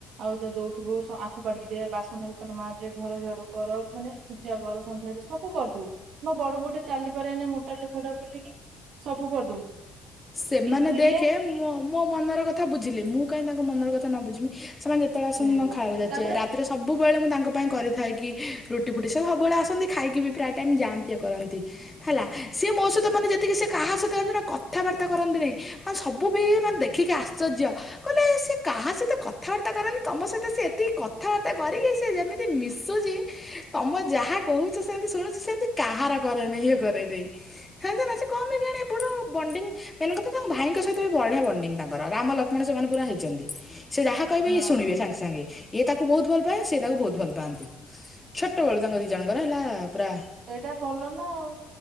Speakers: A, on the right; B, on the left.
A: ଆଉ ତ ଦଉ ଥିବୁ ସ ଆଖୁ ବାଢିକି ଦେ ବାସନ କୁସନ ମାଜେ ଘର ଝାଡୁ କର ମାନେ ପୋଛା କର ସନ୍ଧ୍ୟା ଦେ ସବୁ କରିଦଉ। ମୋ ବଡ ବୋଉଟା ଚାଲିପାରେ ନି ମୋଟା ଲୋକଟା ବୋଲିକି। ସବୁ କରିଦବୁ
B: ସେମାନେ
A: କିନ୍ତୁ
B: ଦେଖେ
A: ଇଏ
B: ମୋ ମୋ ମନର କ କଥା ବୁଝିଲେ ମୁଁ କାହିଁ ତାଙ୍କ ମନର କଥା ନ ବୁଝିବି ସେମାନେ ଯେତେବେଳେ ଆସନ୍ତି
A: ସେଇଆ
B: ମୁଁ ତାଙ୍କୁ ଖାଇବାକୁ ଯାଚେ
A: ତାପରେ
B: ରା ସେଥିରେ ସବୁବେଳେ ମୁଁ ତାଙ୍କ ପାଇଁ କରିଥାଏ କି ରୁଟି ଫୁଟି ସେ ସବୁବେଳେ ଆସନ୍ତି ଖାଇକି ବି ପ୍ରାୟ ଟାଇମ୍ ଯାଆନ୍ତି ଏ କରନ୍ତି। ହେଲା ସିଏ ମୋ ସହିତ ମାନେ ଯେତିକି ସେ କାହା ସହିତ ଯାଣିଚୁ ନା କଥାବାର୍ତ୍ତା କରନ୍ତି ନାହିଁ ମାନେ ସବୁ ବି ମାନେ ଦେଖିକି ଆଶ୍ଚର୍ଯ୍ୟ। କହିଲେ ସିଏ କାହା ସହିତ କଥାବାର୍ତ୍ତା କରେନି ତମ ସହିତ ସେ ଏତିକି କଥାବାର୍ତ୍ତା କରିକି ସେ ଯେମିତି ମିଶୁଛି ତମ ଯାହା କହୁଛ ସେମିତି ଶୁଣୁଛି ସେମିତି କାହାର କରେନି ଇଏ କରେନି ଜାଣିଛ ନା ସେ କମେଇ କିଆଣି ଏ ପଟର ବଣ୍ଡିଙ୍ଗ ମେନ୍ କଥା ତାଙ୍କ ଭାଇଙ୍କ ସହିତ ବି ବଢିଆ ବଣ୍ଡିଙ୍ଗ ତାଙ୍କର ରାମ ଲକ୍ଷ୍ମଣ ସେମାନେ ପୁରା ହେଇଛନ୍ତି ସେ ଯାହା କହିବେ
A: ହଁ
B: ଇଏ ଶୁଣିବେ ସାଙ୍ଗେ ସାଙ୍ଗେ ଏ ତାକୁ ବହୁତ ଭଲ ପାଏ ସିଏ ତାକୁ ବହୁତ ଭଲ ପାଆନ୍ତି। ଛୋଟବେଳୁ ତାଙ୍କ ଦି ଜଣଙ୍କର ହେଲା ପୁରା
A: ଏଇଟା ଭଲ ନା ଆଉ।